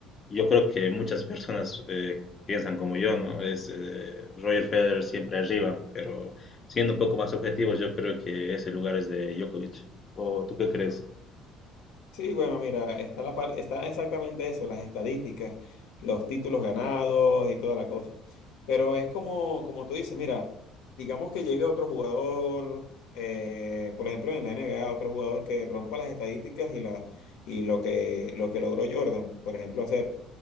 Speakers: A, on the left; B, on the left.
A: yo creo que muchas personas eh, piensan como yo, ¿no? Es eh, Roger Federer siempre arriba, pero siendo un poco más objetivos, yo creo que ese lugar es de Djokovic. ¿O tú qué crees?
B: Sí, bueno, mira, está la par- está exactamente eso, las estadísticas, los títulos ganados y toda la cosa. Pero es como, como tú dices, mira, digamos que llegue otro jugador, eh, por ejemplo, en la NBA, otro jugador que rompa las estadísticas y la, y lo que, lo que logró Jordan, por ejemplo, hacer.